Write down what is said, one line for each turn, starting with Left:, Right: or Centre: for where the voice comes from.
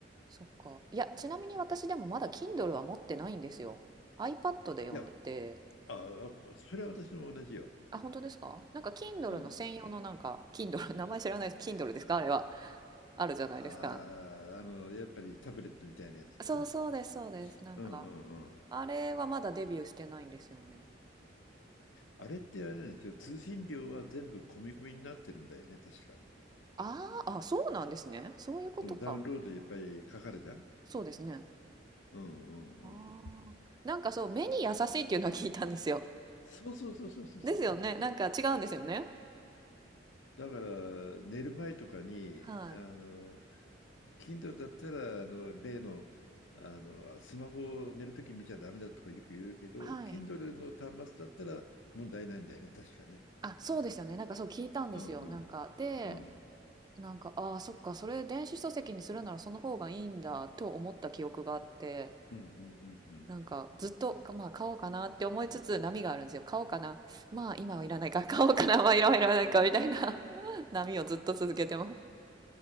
Right: そっか。いや、ちなみに私でもまだ Kindle は持ってないんですよ。iPad で読んでて。
Left: いや、あ、あそれは私も同じよ。
Right: あ、本当ですかなんか Kindle
Left: うん。
Right: の専用のなんか、Kindle、名前知らないです。Kindle ですかあれは。あるじゃないですか。
Left: ああ、あの、やっぱりタブレットみたいなやつでね。
Right: そうそうです、そうです。なんか、
Left: うんうんうん。
Right: あれはまだデビューしてないんですよね。
Left: あれってあれなんですよ。通信料は全部込み込みになってるんだよね、確か。
Right: ああ、あ、そうなんですね。そういうことか。
Left: うん、ダウンロードやっぱりかかるじゃん。
Right: そうですね。
Left: うんうんうん。
Right: ああ。なんかそう、目に優しいっていうのは聞いたんですよ。
Left: そうそうそうそうそうそうそう。
Right: ですよね。なんか違うんですよね。
Left: だから寝る前とかに、
Right: はい。
Left: あの、Kindle だったら、あの、例の、あの、スマホを寝るとき見ちゃダメだとかよく言うけど、
Right: はい。
Left: Kindle の端末だったら問題ないんだよね、確かね。
Right: あ、そうですよね。なんかそう聞いたんですよ。
Left: うんうん
Right: なんか、で、
Left: うん。
Right: なんか、ああ、そっか、それ電子書籍にするならその方がいいんだと思った記憶があって、
Left: うんうんうんうん。
Right: なんかずっと、かまあ買おうかなって思いつつ波があるんですよ。買おうかな。まあ今はいらないか。買おうかな。まあいろいろないかみたいな <laughs> 波をずっと続けてます。